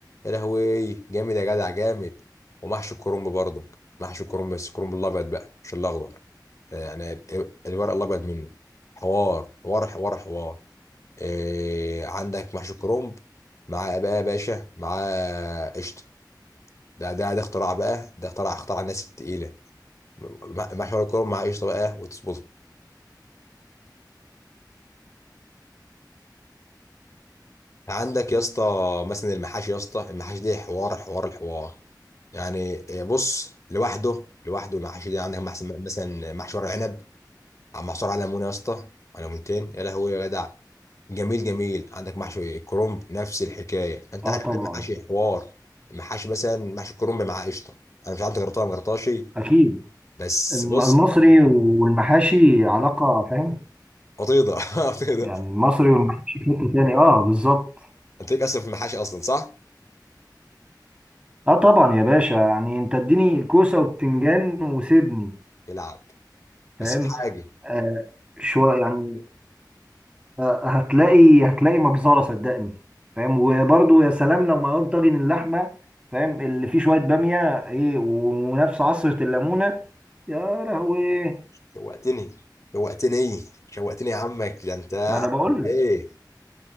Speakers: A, on the left; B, on the right.
A: يا لهوي جامد يا جدع جامد ومحشي الكرنب برضك محشي الكرنب بس الكرنب الابيض بقى مش الاخضر آه، يعني ال- الورق الابيض منه حوار حوار حوار حوار إيه عندك محشي كرنب مع بقى يا باشا مع قشطه ده ده ده اختراع بقى ده اختراع اختراع الناس التقيله م- محشي ورق الكرنب مع قشطه بقى وتظبط عندك يا اسطى مثلا المحاشي يا اسطى المحاشي دي حوار حوار الحوار يعني بص لوحده لوحده المحاشي دي عندك محسن- مثلا محشي ورق عنب محشور على ليمونه يا اسطى على ليمونتين يا لهوي يا جدع جميل جميل عندك محشي كرنب نفس الحكايه انت
B: اه
A: عارف
B: طبعا
A: بقى المحاشي حوار المحاشي مثلا محشي كرنب مع قشطه انا مش عارف جربتها ولا ما جربتهاش
B: اكيد
A: بس
B: الم-
A: بص
B: المصري والمحاشي علاقه فاهم
A: قطيضه <laughs> قطيضه
B: يعني المصري والمحاشي في حته تاني اه بالظبط
A: انت ليك اصلا في المحاشي اصلا صح؟
B: اه طبعا يا باشا يعني انت اديني كوسه وبتنجان وسيبني
A: يلعب
B: فاهم
A: بس في حاجه
B: آه شويه يعني آه هتلاقي هتلاقي مجزره صدقني فاهم وبرضه يا سلام لو معاهم طاجن اللحمه فاهم اللي فيه شويه باميه ايه ونفس عصره الليمونه يا لهوي
A: شوقتني شوقتني شوقتني يا عمك ده انت عامل
B: ما انا بقول
A: ايه
B: لك